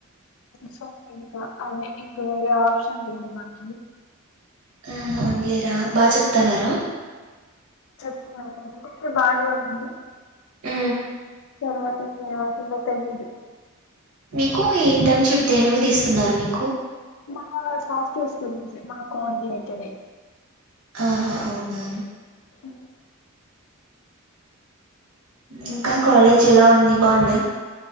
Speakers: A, on the left; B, on the right.
A: సో ఇంకా అవే ఇంకా వేరే ఆప్షన్ లేదు నాకి
B: ఆ అవునులేరా బా చెప్తన్నారా
A: ఆ ఇప్పుడు బానే ఉంది
B: ఉ
A: తర్వాత కి ఏం అవుతుందో తెలీదు
B: మీకు ఈ ఇంటర్న్షిప్ దేనివిది ఇస్తున్నారు మీ
A: మా సాఫ్ట్వేర్స్ గురించే మా కోఆర్డిలేటెడే
B: ఆహా అవునా
A: ఉ
B: ఇంకా కాలేజ్ ఎలా ఉంది బాగుందా